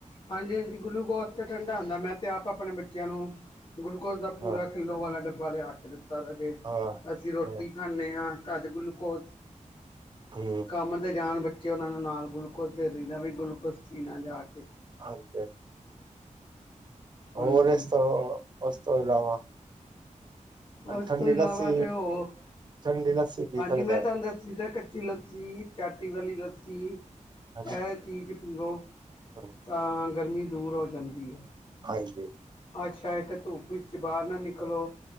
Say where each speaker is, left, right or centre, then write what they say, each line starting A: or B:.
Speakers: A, on the left (about 40°); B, on the right (about 35°).
A: ਹਾਂਜੀ-ਹਾਂਜੀ ਗੁਲੂਕੋਜ਼ ਤੇ ਠੰਡਾ ਹੁੰਦਾ ਮੈਂ ਤੇ ਆਪ ਆਪਣੇ ਬੱਚਿਆਂ ਨੂੰ ਗਲੂਕੋਜ਼ ਦਾ ਪੂਰਾ
B: ਹਾਂ ਹਾਂ
A: ਕਿੱਲੋ ਵਾਲਾ ਡੱਬਾ ਲਿਆ ਕੇ ਦਿੱਤਾ। ਤ ਜ
B: ਹਾਂ
A: ਅਸੀਂ ਰੋਟੀ ਖਾਂਦੇ ਹਾਂ ਤਦ ਗਲੂਕੋਸ।
B: ਹਮ
A: ਕੰਮ ਤੇ ਜਾਣ ਬੱਚੇ ਉਹਨਾਂ ਨੂੰ ਨਾਲ ਗਲੂਕੋਜ ਦੇ ਦਹਿੰਦਾ ਵੀ ਗਲੂਕੋਜ ਪੀਣਾ ਜਾ ਕੇ,
B: ਹਾਂਜੀ, ਹੋ
A: ਹਾਂਜੀ
B: ਰਸ ਉਸ ਤੋਂ ਇਲਾਵਾ
A: ਉਸ
B: ਠੰਡੀ
A: ਤੋਂ ਇਲਾਵਾ
B: ਲੱਸੀ
A: ਤਾਂ ਉਹ
B: ਠੰਡੀ ਲੱਸੀ ਪੀ
A: ਹਾਂਜੀ
B: ਸਕਦਾ
A: ਮੈਂ ਤੁਹਾਨੂੰ ਦਸੀ ਤਾਂ ਕੱਚੀ ਲੱਸੀ ਚਾਟੀ ਵਾਲੀ ਲੱਸੀ ਚੀ
B: ਹਾਂਜੀ
A: ਇਹ ਚੀਜ਼ ਪੀਵੋ
B: ਹਾਂ
A: ਤਾਂ ਗਰਮੀ ਦੂਰ ਹੋ ਜਾਂਦੀ ਹੈ।
B: ਹਾਂਜੀ,
A: ਅੱਛਾ ਇੱਕ ਧੂਪ ਵਿੱਚ ਬਾਹਰ ਨਾ ਨਿਕਲੋ